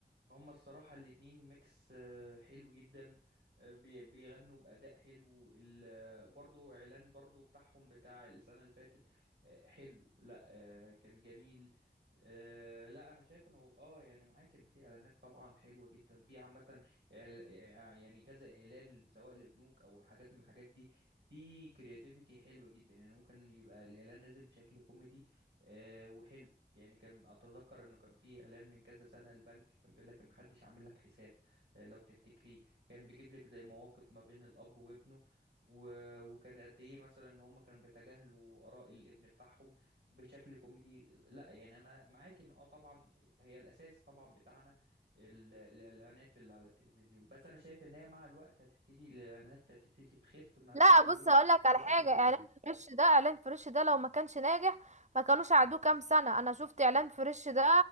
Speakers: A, on the right (about 85°); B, on the right (about 40°).
A: هما الصراحة الاتنين ميكس آه، حلو جدا آه، بي- بيغنوا بأداء حلو ال- آه، برضو إعلان برضو بتاعهم بتاع السنة اللي فاتت آه، حلو لا آه، كان جميل آه، لا أنا شايف إنه آه يعني معاك كان في إعلانات طبعا حلوة جدا في عامة إعل- إع- يعني كذا إعلان سواء لبنوك أو حاجات من الحاجات دي في كرياتيفيتي حلوة جدا يعني ممكن يبقى الإعلان نازل بشكل كوميدي آه، وحلو يعني كان اتذكر انه كان في اعلان من كذا سنه البنك كان بيقول لك محدش عامل لك حساب آه، لو تفتكريه كان بيجيب لك زي مواقف ما بين الاب وابنه و... وكان قد ايه مثلا ان هم كانوا بيتجاهلوا اراء الابن بتاعهم بشكل كوميدي لا يعني انا معاك ان اه طبعا هي الاساس طبعا بتاعنا ال- الاعلانات اللي على التلفزيون بس انا شايف ان هي مع الوقت هتبتدي الاعلانات هتبتدي تخف من على التلفزيون
B: لا بص هقولك على
A: تاخد
B: حاجة
A: شكل تاني
B: اعلان فريش ده اعلان فريش ده لو ما كانش ناجح ما كانوش قعدوه كام سنة انا شفت اعلان فريش ده